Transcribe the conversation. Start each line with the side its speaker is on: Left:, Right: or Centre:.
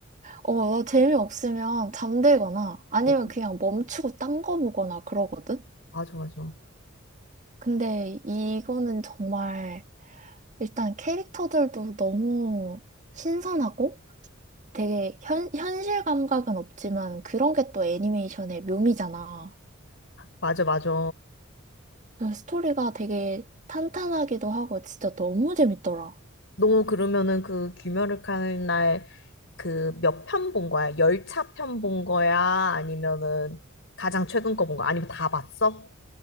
Right: 어, 나 재미없으면 잠들거나 아니면
Left: 어,
Right: 그냥 멈추고 딴 거 보거나 그러거든?
Left: 맞아, 맞아.
Right: 근데 이거는 정말 일단 캐릭터들도 너무 신선하고 되게 현, 현실 감각은 없지만 그런 게 또 애니메이션의 묘미잖아.
Left: 맞아, 맞아.
Right: 그 스토리가 되게 탄탄하기도 하고 진짜 너무 재밌더라.
Left: 너 그러면은 그 귀멸을 하는 날 그 몇 편 본 거야? 열차 편 본 거야? 아니면은 가장 최근 거 본 거야? 아니면 다 봤어?